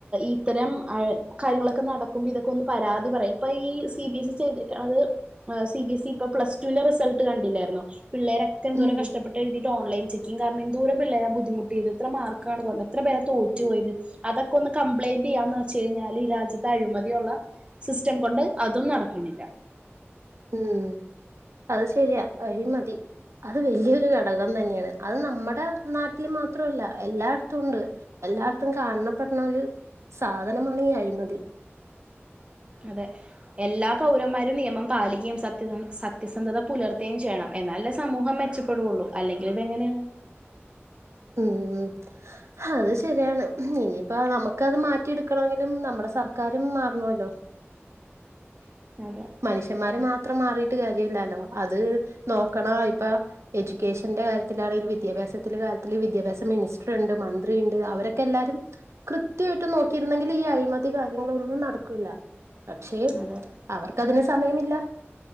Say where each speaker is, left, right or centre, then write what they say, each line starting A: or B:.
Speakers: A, on the right; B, on the right.
A: ഇത്തരം അയ് കാര്യങ്ങളൊക്കെ നടക്കുമ്പിത് പരാതി പറ ഈ സി ബിസ് ചെയ്തിക്കണത് സി ബി എസ് ഇ പ്ലസ്റ്റുവിന്റെ റിസൾട്ട് കണ്ടി ണ്ടിലായിരുന്നോ പിള്ളേരൊക്കെ എന്തോരം
B: ഉം
A: കഷ്ടപ്പെട്ട് എഴുതിയിട്ട് ഓൺലൈൻ ചെക്കിംഗ് കാരണം എന്തോരം പിള്ളേരാ ബുധിമുട്ടിയത് എത്ര മാർ ക്കാണ് കൊറ്ഞ്ഞെ എത്ര പേരെ തോറ്റു പോയത് അതൊക്കെ ഒന്ന് കംപ്ലയിന്റ് ചെയ്യാന്ന് വെച്ച്കഴിഞ്ഞാൽ ഈ രാജ്യത്ത് അഴിമതിയുള്ള സിസ്റ്റം കൊണ്ട് അതും നടക്ക്ണില്ല
B: ഉം അത് ശരിയാ അഴി മതി അത് വലിയൊരു ഘടകം തന്നെയാണ് അത് നമ്മുടെ നാട്ടിൽ മാത്രവല്ല എല്ലായിടത്തും ഉണ്ട് എല്ലാർത്തും കാണപ്പെടണ ഒരു സാധനമാണ് ഈ അഴിമതി
A: അതെ എല്ലാ പൗരന്മാരും നിയമം പാലിക്കുകയും സത്യസ സത്യസന്ധത പുലർത്തുകയും ചെയ്യണം എന്നാലല്ലെ സമൂഹം മെച്ചപ്പെടുവൊള്ളൂ അല്ലെങ്കിൽ ഇതെങ്ങനെയാണ്
B: ഉം അത് ശരിയാണ് ഇനിയിപ്പം നമ്മക്കത് മാറ്റിയെടുക്കണെങ്കിലും നമ്മുടെ സർക്കാ രും മാറണല്ലോ
A: അതെ
B: മനുഷ്യന്മാര് മാത്രം മാറി യിട്ട് കാര്യയില്ലാല്ലോ അത് നോക്കണ ഇപ്പ എഡ്യൂക്കേഷന്റെ കാര്യത്തിലാണെലും വിദ്യാഭ്യാസത്തിലൾൻ്റെ കാര്യത്തി വിദ്യാഭ്യാസ മിനിസ്റ്റർ ഉണ്ട് മന്ത്രി ഉണ്ട് അവരൊക്കെല്ലരും കൃത്യമായിട്ട് നോക്കിയിരുന്നെങ്കിൽ ഈ അഴി മതി കാര്യങ്ങളൊന്നും നടക്കില്ല പക്ഷെ
A: അതെ
B: അവർക്കതിന് സമയമില്ല